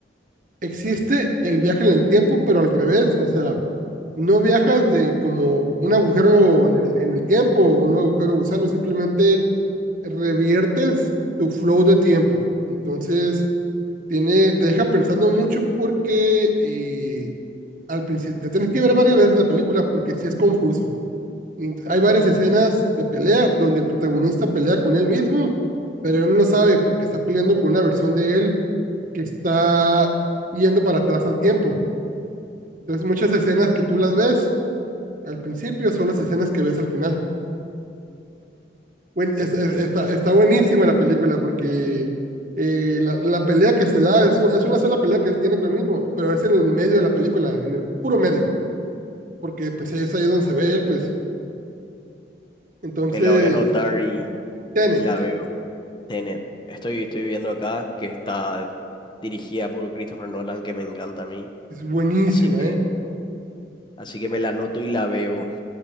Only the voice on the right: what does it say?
existe el viaje en el tiempo, pero al revés. O sea, no viajas de como un agujero en el, en el tiempo, un agujero gusano, simplemente reviertes tu flow de tiempo. Entonces, tiene, te deja pensando mucho porque eh, al principio, te tienes que ver varias veces la película porque sí es confuso. Int- Hay varias escenas de pelea donde el protagonista pelea con él mismo, pero él no sabe porque está peleando con una versión de él que está yendo para atrás al tiempo. Entonces, muchas escenas que tú las ves al principio son las escenas que ves al final. Buen- es-
es- está, está buenísima la película porque eh, la, la pelea que se da es, u- es una sola pelea que él tiene con él mismo, pero es en el medio de la película, en el puro medio, porque pues es ahí donde se ve él, pues. Entonces,
Tenet
es buenísima,
¿eh?